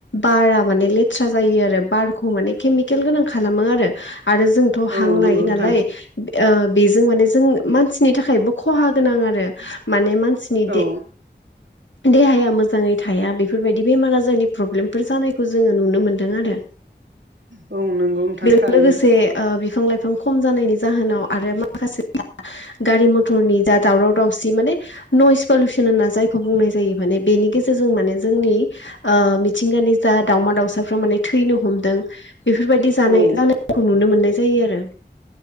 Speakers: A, on the left; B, on the right.
A: बारा माने लेथ्रा जायो आरो बारखौ माने केमिकेल गोनां खालामो आरो आरो जों थ'
B: औ
A: हां
B: नंगौ
A: लायो
B: नोंथां
A: नालाय बेजों माने जों मानसिनि थाखायबो खहा गोनां आरो माने मानसि
B: औ
A: देह मोजाङै थाया बेफोरबायदि बेमार आजारनि प्रब्लेमफोर जानायखौ जोङो नुनो मोनदों आरो
B: औ नंगौ नोंथां
A: बेजों
B: थारैनो
A: लोगोसे बिफां लाइफां खम जानायनि जाहोनाव आरो माखासे गारि मथरनि जा दावराव दावसि माने नयस पलिसन होनना जायखौ बुंनाय जायो माने बेनि गेजेरजों माने जोंनि मिथिंगानि जा दावमा दाउसाफ्रा माने थैनो हमदों बेफोरबायदि जानाय
B: औ
A: जानायखौ नुनो मोननाय जायो आरो